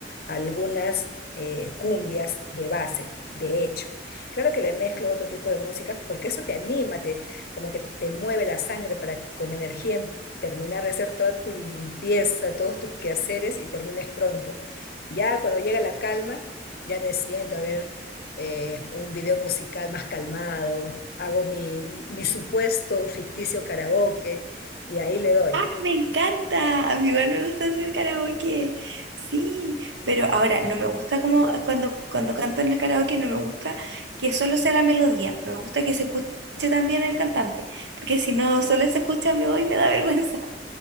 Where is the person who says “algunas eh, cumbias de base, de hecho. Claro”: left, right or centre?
Left